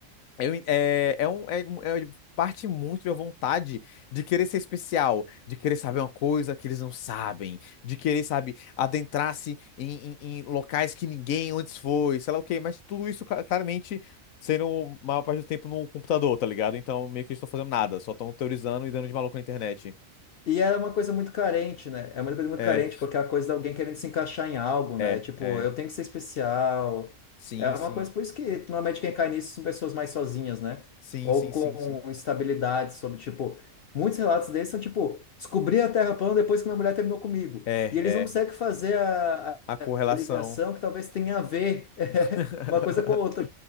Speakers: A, on the left; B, on the left.
A: eu en- é, é, um, é, um- é parte muito da vontade de querer ser especial, de querer saber uma coisa que eles não sabem, de querer, sabe, adentrar-se em, em, em locais que ninguém antes foi, sei lá o quê, mas tudo isso ca- claramente sendo maior parte do tempo no computador, tá ligado? Então meio que eles estão fazendo nada, só estão teorizando e dando de maluco na internet.
B: E é uma coisa muito carente, né? É uma coisa muito
A: É,
B: carente, porque é a coisa de alguém querendo se encaixar em algo,
A: é,
B: né? Tipo,
A: é.
B: eu tenho que ser especial.
A: Sim,
B: É uma
A: sim.
B: coisa, por isso que normalmente quem cai nisso são pessoas mais sozinhas, né?
A: Sim,
B: Ou
A: sim,
B: com
A: sim, sim.
B: instabilidade sobre, tipo, muitos relatos desses são, tipo, descobri a Terra plana depois que minha mulher terminou comigo.
A: É,
B: E eles
A: é.
B: não conseguem fazer a,
A: A correlação.
B: a ligação que talvez tenha a ver
A: <laughs>
B: <laughs> uma coisa com a outra.